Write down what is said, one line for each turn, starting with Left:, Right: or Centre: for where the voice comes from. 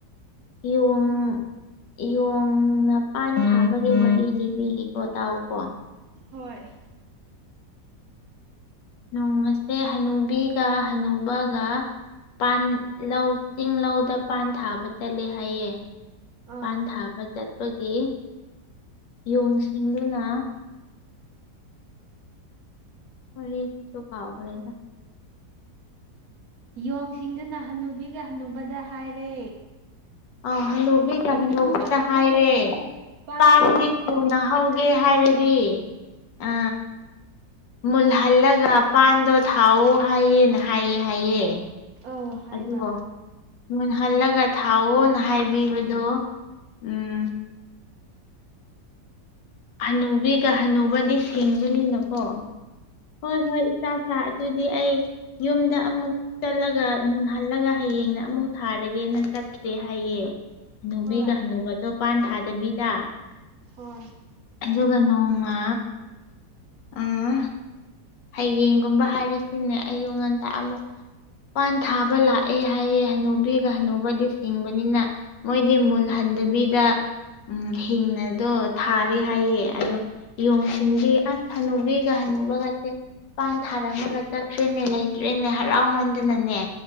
Left: ꯌꯣꯡ ꯌꯣꯡꯅ ꯄꯥꯟ ꯊꯥꯕꯒꯤ ꯋꯥꯔꯤ ꯂꯤꯕꯤꯒꯤꯀꯣ ꯇꯥꯎꯀꯣ
Right: ꯍꯣꯏ
Left: ꯅꯣꯡꯃꯁꯦ ꯍꯅꯨꯕꯤꯒ ꯍꯅꯨꯕꯒ ꯄꯥꯟ ꯂꯧ ꯆꯤꯡ ꯂꯧꯗ ꯄꯥꯟ ꯊꯥꯕ ꯆꯠꯂꯦ ꯍꯥꯏꯌꯦ
Right: ꯑꯥ
Left: ꯄꯥꯟ ꯊꯥꯕ ꯆꯠꯄꯒꯤ ꯌꯣꯡ ꯁꯤꯡꯗꯨꯅ ꯋꯔꯤꯁꯨ ꯀꯥꯎꯈꯔꯦꯗ
Right: ꯌꯣꯡꯁꯤꯡꯗꯨꯅ ꯍꯟꯅꯨꯕꯤꯒ ꯍꯟꯅꯨꯕꯗ ꯍꯥꯏꯔꯦ
Left: ꯑꯥ ꯍꯅꯨꯕꯤꯒ ꯍꯅꯨꯕꯗ
Right: ꯏꯄꯨꯒ ꯏꯕꯣꯛꯒꯁꯦ
Left: ꯍꯥꯏꯔꯦ
Right: ꯄꯥꯟ
Left: ꯄꯥꯥꯟꯗꯤ ꯊꯨꯅ
Right: ꯂꯤꯡꯕ
Left: ꯍꯧꯒꯦ
Right: ꯆꯠꯇꯣꯏꯔꯣ
Left: ꯍꯥꯏꯔꯗꯤ ꯑ ꯃꯨꯜꯍꯜꯂꯒ ꯄꯥꯟꯗꯣ ꯊꯥꯎꯑꯣ ꯍꯥꯏꯌꯦꯅ ꯍꯥꯏ ꯍꯥꯏꯌꯦ
Right: ꯑꯧ ꯍꯥꯏꯕ
Left: ꯑꯗꯨꯑꯣ ꯃꯨꯟꯍꯜꯂꯒ ꯊꯥꯎꯑꯣꯅ ꯍꯥꯏꯕꯤꯕꯗꯣ ꯎꯝ ꯍꯅꯨꯕꯤꯒ ꯍꯅꯨꯧꯕꯗꯤ ꯁꯤꯡꯕꯅꯤꯅꯀꯣ ꯍꯣꯏ ꯍꯣꯏ ꯏꯆꯥ ꯁꯥ ꯑꯗꯨꯗꯤ ꯑꯩ ꯌꯨꯝꯗ ꯑꯃꯨꯛ ꯆꯠꯂꯒ ꯃꯨꯟꯍꯜꯂꯒ ꯍꯌꯦꯡꯅ ꯑꯃꯨꯛ ꯊꯥꯔꯒꯦꯅ ꯆꯠꯈ꯭ꯔꯦ ꯍꯥꯏꯌꯦ ꯑꯅꯨꯕꯤꯒ
Right: ꯍꯣꯏ
Left: ꯍꯅꯨꯕꯗꯣ ꯄꯥꯟ ꯊꯥꯗꯕꯤꯗ
Right: ꯍꯣꯏ
Left: ꯑꯗꯨꯒ ꯅꯣꯃꯥ ꯎꯝ ꯍꯌꯦꯡꯒꯨꯝꯕ ꯍꯥꯏꯔꯁꯤꯅꯦ ꯑꯌꯨ ꯉꯟꯇ ꯑꯃꯨꯛ ꯄꯥꯟ ꯊꯥꯕ ꯂꯥꯛꯑꯦ ꯍꯥꯏꯌꯦ ꯍꯅꯨꯕꯤꯒ ꯍꯅꯨꯕꯗꯤ ꯁꯤꯡꯕꯅꯤꯅ ꯃꯣꯏꯗꯤ ꯃꯨꯜꯍꯟꯗꯕꯤꯗ ꯎꯝ ꯍꯤꯡꯅꯗꯣ ꯊꯥꯔꯦ ꯍꯥꯏꯌꯦ ꯑꯗꯣ ꯌꯣꯡ ꯁꯤꯡꯗꯤ ꯑꯁ ꯍꯅꯨꯕꯤꯒ ꯍꯅꯨꯕꯒꯁꯦ ꯃꯄꯥꯟ ꯊꯥꯔꯝꯃꯒ ꯆꯠꯈ꯭ꯔꯦꯅꯦ ꯂꯩꯇ꯭ꯔꯦꯅꯦ ꯍꯔꯥꯎꯃꯟꯗꯅꯅꯦ